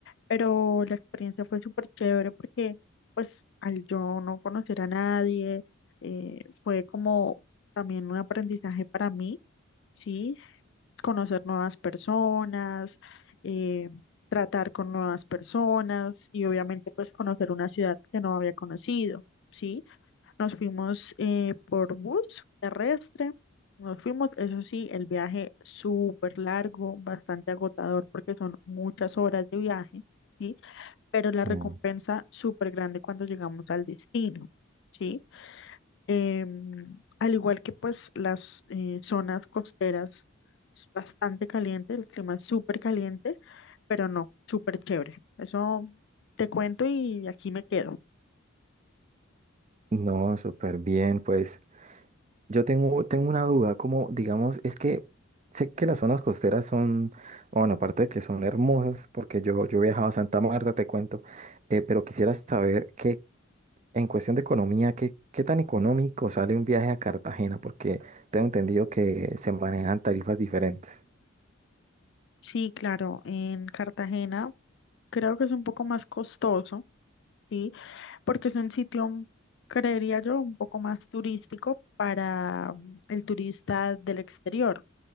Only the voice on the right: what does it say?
Mm.
No, súper bien, pues. Yo tengo, tengo una duda, como digamos, es que sé que las zonas costeras son, bueno, aparte de que son hermosas, porque yo, yo he viajado a Santa Marta, te cuento, eh, pero quisiera saber que en cuestión de economía, ¿qué, qué tan económico sale un viaje a Cartagena? Porque tengo entendido que se manejan tarifas diferentes.